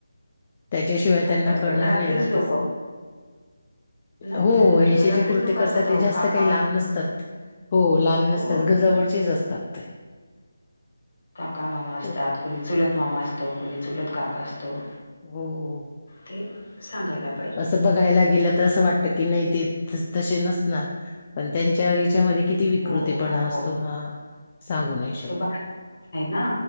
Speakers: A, on the left; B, on the left.
A: त्याच्याशिवाय त्यांना
B: असं असतं
A: करणार
B: घरातलेच
A: नाही ना
B: लोक
A: कसं
B: नाही
A: हो
B: कळणार
A: हे
B: घरातलेच
A: अशे जे कृत्य
B: लोक असतात
A: करतात
B: अहो
A: ते जास्त
B: काका
A: काही लांब नसतात. हो लांब
B: हो
A: नसतात घराजवळचेच असतात ते.
B: काका मामा असतात
A: बरं.
B: कोणी चुलत मामा असतो कोणी चुलत काका असतो.
A: हो हो
B: ते सांगायला लागत.
A: असं बघायला गेलं तर असं वाटतं की नाही ते तशे नसणार पण त्यांच्या यांच्यामध्ये. किती विकृतीपणा
B: हो हो
A: असतो
B: हो
A: हा सांगू नये.
B: ते बाहेर आहे ना.